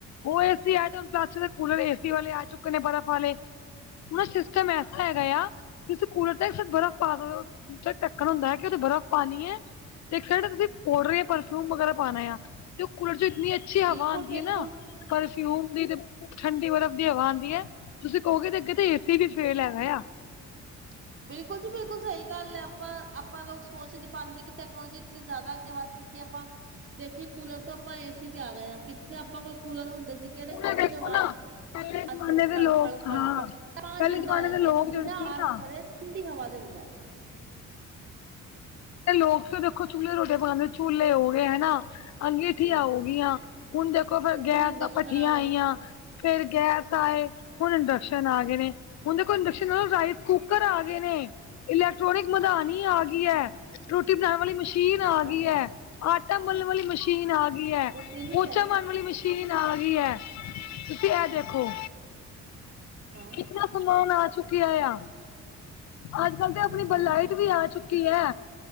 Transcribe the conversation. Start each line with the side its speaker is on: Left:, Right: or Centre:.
Left: ਉਹ ਏ, ਸੀ, ਆਏ 'ਤੇ ਪਲਾਸਟਿਕ ਦੇ ਕੂਲਰ ਏ, ਸੀ, ਵਾਲੇ ਆ ਚੁੱਕੇ ਨੇ, ਬਰਫ਼ ਵਾਲੇ। ਓਹ ਨਾ ਸਿਸਟਮ ਐਸਾ ਹੈਗਾ ਆ, ਕਿ ਤੁਸੀਂ ਕੂਲਰ ਅਹ, ਪਾਗਲ! ਉਤੇ ਢੱਕਣ ਹੁੰਦੈ, ਕਿ ਉਹਦੇ ਬਰਫ਼, ਪਾਨੀ ਏ। ਤੇ ਕੇੜਾ ਤੁਸੀਂ ਪੋਡਰ ਯਾ ਪਰਫਿਊਮ ਵਗੈਰਾ ਪਾਨੈ ਆ, 'ਤੇ ਉਹ ਕੁਲਰ 'ਚ ਇੰਨੀ ਅੱਛੀ ਹਵਾ
Right: ਬਿਲਕੁਲ,
Left: ਆਂਦੀ
Right: ਬਿਲਕੁਲ।
Left: ਏ ਨਾ, ਪਰਫਿਊਮ ਦੀ 'ਤੇ ਠੰਡੀ ਵਰਫ ਦੀ ਹਵਾ ਆਂਦੀ ਐ, ਤੁਸੀਂ ਕਹੋਗੇ, ਏਦੇ ਅੱਗੇ ਤੇ ਏ, ਸੀ, ਵੀ ਫੇਲ ਹੈਗੈ ਆ।
Right: <inaudible> ਬਿਲਕੁਲ ਜੀ, ਬਿਲਕੁਲ ਸਹੀ ਗੱਲ ਐ। ਆਪਾਂ -ਆਪਾਂ ਲੋਕ ਸੋਚ ਨੀ ਪਾਂਦੇ ਕਿ ਟੈਕਨੋਲੋਜੀ ਇਤਨੀ ਜਾਦਾ ਅੱਗੇ ਵੱਧ ਚੁ ਕਿ ਆਪਾਂ ਦੇਖੀਏ, ਕੂਲਰ ਤੋਂ ਆਪਾਂ ਏ, ਸੀ, ਤੇ ਆ ਗਏ ਆ। ਕਿੱਥੇ ਆਪਾਂ ਕੋਲ ਕੂਲਰ ਹੁੰਦੇ ਸੀ। ਕੇੜੇ
Left: ਹੁਣ
Right: ਕੂਲਰ
Left: ਇਹ ਦੇਖੋ
Right: 'ਚ ਵਾ?
Left: ਨਾ ਪਹਿਲੇ ਜ਼ਮਾਨੇ
Right: ਅੱਜ-ਕੱਲ ਖੜ
Left: ਦੇ ਲੋਕ
Right: -ਖੜ -ਖੜ
Left: ਹਾਂ
Right: -ਖੜ ਤਾਂ
Left: ਪਹਿਲੇ
Right: ਜੇ
Left: ਜ਼ਮਾਨੇ
Right: ਜਾ ਲੈਂਨੇ
Left: ਦੇ ਲੋਕ
Right: ਆ, ਜੋ
Left: ਜਿਹੜੇ
Right: ਬਿਨਾ
Left: ਸੀ
Right: ਆਵਾਜ
Left: ਨਾ
Right: ਕਰੇ ਠੰਡੀ ਹਵਾ ਦਿੰਦੈ।
Left: 'ਤੇ ਲੋਕ ਤੇ ਦੇਖੋ, ਚੂਲ੍ਹੇ ਰੋਟੇ ਪਕਾਨੇ, ਚੂਲ੍ਹੇ ਹੋ ਗਏ, ਹੈਨਾ? ਅੰਗੀਠੀਆ
Right: ਬਿਲਕੁਲ
Left: ਹੋ ਗੀਆਂ, ਹੁਨ ਦੇਖੋ
Right: ਤੇ
Left: ਫਿਰ ਗੈਸ
Right: ਹੁਣ ਇੰਡਕਸ਼ਨ
Left: ਤੇ ਭੱਠੀਆਂ
Right: ਆ ਗਏ
Left: ਆਈਆਂ।
Right: ਨੇ
Left: ਫੇਰ ਗੈਸ ਆਏ, ਹੁਨ ਇੰਡਕਸ਼ਨ ਆ ਗਏ ਨੇ। ਹੁਨ ਦੇਖੋ, ਇੰਡਕਸ਼ਨ ਨਾਲ ਰਾਈਸ ਕੁੂੱਕਰ ਆ ਗਏ ਨੇ। ਇਲੈਕਟ੍ਰੋਨਿਕ ਮਧਾਨੀ ਆ ਗਈ ਐ, ਰੋਟੀ ਬਨਾਨ ਵਾਲੀ ਮਸ਼ੀਨ ਆ
Right: ਹਾਂ
Left: ਗਈ ਐ। ਹੈ, ਆਟਾ ਮਲਨ ਵਾਲੀ ਮਸ਼ੀਨ ਆ ਗਈ ਐ,
Right: ਉਹ ਤੇਲ ਨੀ
Left: ਪੋਚਾ
Right: ਪਿਆ
Left: ਮਾਰਨ ਵਾਲੀ ਵਾਲੀ ਮਸ਼ੀਨ ਆ ਗਈ ਐ, ਤੁਸੀਂ ਐਹ ਦੇਖੋ
Right: ਹਾਂ
Left: ਕਿਤਨਾ ਸਮਾਨ ਆ ਚੁੱਕਿਐ ਆ, ਅੱਜ-ਕੱਲ 'ਤੇ
Right: ਤਾਂ ਮੈਂ
Left: ਆਪਣੀ
Right: ਕਹਿ
Left: ਬਲਾਈਟ
Right: ਰਹੀ
Left: ਵੀ ਆ ਚੁੱਕੀ ਐ।